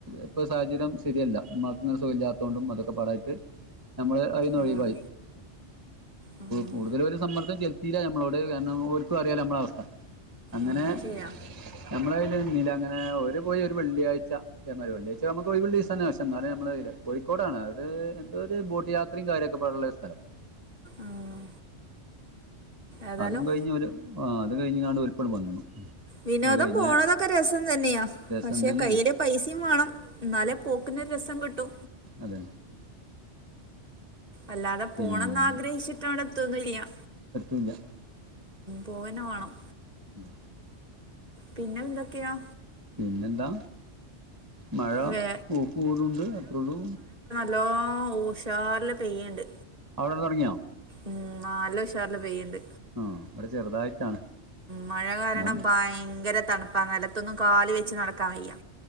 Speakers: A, on the right (about 20°); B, on the right (about 35°).
A: ഇപ്പൊ സാഹചര്യം ശരിയല്ല മ്മാക് സുഖല്യാത്തോണ്ടും അതൊക്കെ പാടായിട്ട് നമ്മള് അതിന്നൊഴിവായി
B: ആഹ് ആഹ്
A: കൂടുതലൊരു സമ്മർദ്ദം ചെല് ത്തീല ഞമ്മളോട് കാരണം ഓര്ക്കും അറിയാലൊ നമ്മളവസ്ഥ അങ്ങനെ
B: ആഹ് അത് ശരിയാ
A: ഞമ്മളയ്ല് നിന്നീലാങ്ങനെ ഓര് പോയി ഒരു വെള്ളിയാഴ്ച തേമാരി വെള്ളിയാഴ്ച നമുക്ക് ഒയിവുള്ളെ തന്നെസം എന്നാല് അമ്മളോയില്ല കോയിക്കോടാണ് അത്എന്തോ ഒരു ബോട്ട് യാത്രയും കാര്യൊക്കെ പാടുള്ള ഒരു സലം
B: ആഹ് ഏതായാലും
A: അതും കഴിഞ്ഞോല് ആ അത് കഴിഞ്ഞ്ങ്ങാണ്ട് ഓലിപ്പള് വന്നു
B: വിനോദം
A: അത് കഴിഞ്ഞ
B: പോണതൊക്കെ രസം തന്നെയാ
A: ദിവസം
B: പക്ഷെ
A: തന്നെയാണ്
B: കയ്യില് പൈസയും വേണം ന്നാലെ പോക്കിനൊര് രസം കിട്ടു
A: അതെ
B: അല്ലാതെ
A: പിന്നെ
B: പോണന്നാഗ്രഹിച്ചിട്ടവിടെത്തൊന്നില്ല്യാ
A: ഇല്യ
B: പോവന്നെ വാണം
A: ഉം
B: പിന്നെന്തൊക്കെയാ
A: പിന്നെന്താ മഴ
B: വേ
A: <unintelligible> ണ്ട് അത്രേള്ളൂ
B: ലോ ഉഷാറില് പെയ്യണ്ട്
A: അവിടെ തൊടങ്ങിയാ
B: ഉം നാല്ലുഷാറ്ല് പെയ്യുണ്ട്
A: ആ ഇവിടെ ചെറുതായിട്ടാണ്
B: മഴ കാരണം
A: ഞാൻ
B: ഭയങ്കര തണ് പ്പ നെലത്തൊന്നും കാല് വെച്ച് നടക്കാൻ വയ്യാ